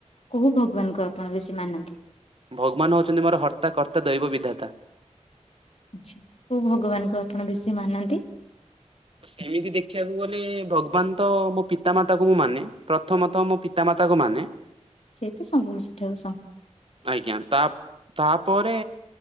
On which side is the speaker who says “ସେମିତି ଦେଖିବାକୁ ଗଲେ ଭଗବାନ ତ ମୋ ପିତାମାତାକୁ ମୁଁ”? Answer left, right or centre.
Right